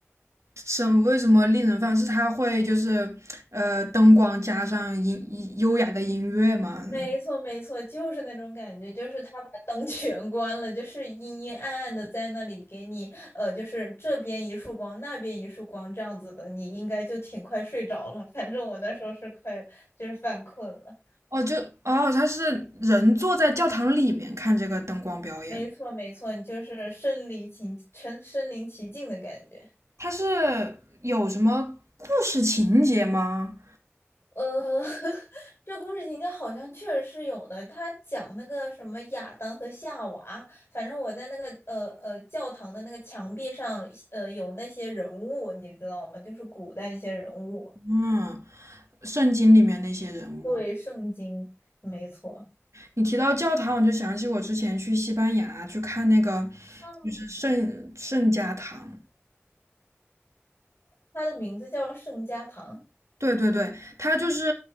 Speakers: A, on the right; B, on the left.
A: 省为什么令人放？是它会就是呃灯光加上音音优雅的音乐吗？嗯
B: 没错，没错，就是那种感觉，就是他把灯 <laughs> 全关了，就是阴阴暗暗的在那里给你，呃，就是这边一束光，那边一束光这样子的，你应该就挺快睡着了。反正我那时候是快，就是犯困了。
A: 哦，就哦，它是人坐在教堂里面看这个灯光表演，
B: 没错，没错，你就是身临其身身临其境的感觉。
A: 它是有什么故事情节吗？
B: 呃，<laughs> 这故事情节好像确实是有的。他讲那个什么亚当和夏娃，反正我在那个呃呃教堂的那个墙壁上，呃有那些人物，你知道吗？就是古代那些人物。
A: 嗯，圣经里面那些人物，
B: 对，圣经没错。
A: 你提到教堂，我就想起我之前去西班牙去看那个
B: 嗯，
A: 就是圣圣家堂。
B: 他的名字叫圣家堂。
A: 对对对，他就是